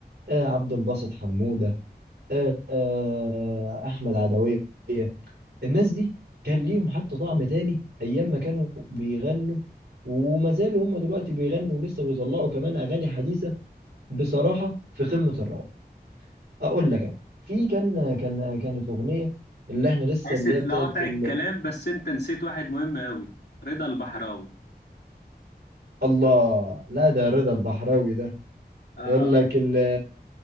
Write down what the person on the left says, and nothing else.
اسف
لقطع
الكلام بس انت نسيت واحد مهم قوي رضا البحراوي
اه